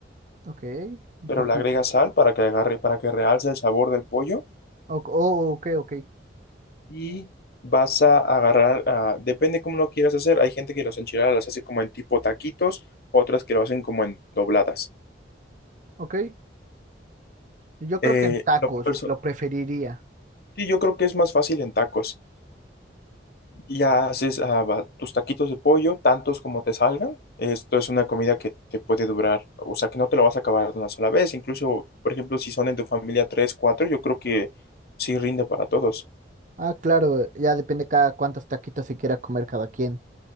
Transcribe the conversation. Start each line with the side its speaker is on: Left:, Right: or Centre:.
Right: Ok, un
Left: pero
Right: poquito.
Left: le agregas sal para que agarre, para que realce el sabor del pollo.
Right: O- oh, ok, ok.
Left: y vas a agarrar, ah, depende cómo lo quieras hacer. Hay gente que los enchiladas las hace como en tipo taquitos, otras que lo hacen como en dobladas.
Right: Ok, yo
Left: Eh,
Right: creo que en tacos
Left: lo perso-
Right: lo preferiría.
Left: sí, yo creo que es más fácil en tacos. Ya haces ah, va- tus taquitos de pollo, tantos como te salgan. Esto es una comida que te puede durar, o sea, que no te lo vas a acabar de una sola vez. Incluso, por ejemplo, si son en tu familia tres, cuatro, yo creo que sí rinde para todos.
Right: Ah, claro, ya depende cada cuántos taquitos se quiera comer cada quien.